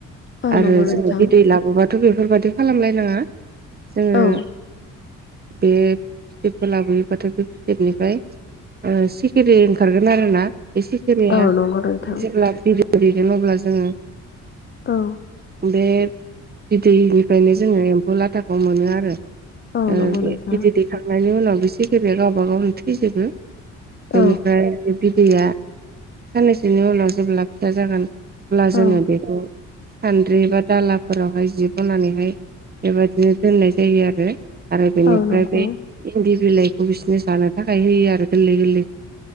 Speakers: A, on the left (about 40°); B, on the right (about 30°).
A: औ
B: आरो
A: नंगौ नोंथां
B: जोङो बिदै लाबोबा थ' बेफोरबादि खालामलायनाङा जोङो
A: औ
B: बे फिथोबखौ लाबोयोबाथाय बे फिथोबनिफ्राय ओ सिखिरि ओंखारगोन आरो ना बे सिखिरिया
A: औ नंगौ नोंथां
B: जेब्ला बि दै दैगोन अब्ला जोङो
A: औ
B: बे बिदैनिफ्रायनो जोङो एम्फौ लाथाखौ मोनो आरो
A: औ
B: ओ
A: नंगौ
B: बे
A: नोंथां
B: बिदै दै खांनायनि उनाव बि सिखिरिया गावबागाव थैजोबो
A: औ
B: बेनिफ्राय बिदैया साननैसोनि उनाव जेब्ला फिसा जागोन अब्ला
A: औ
B: जोङो बेखौ सान्द्रि बा दालाफोरावहाय जि बनानैहाय बेबायदिनो दोननाय जायो आरो आरो बेनिफ्राय
A: औ नंगौ
B: बे इन्दि बिलाइखौ बिसिनो जानो थाखाय होयो आरो गोरलै गोरलैखौ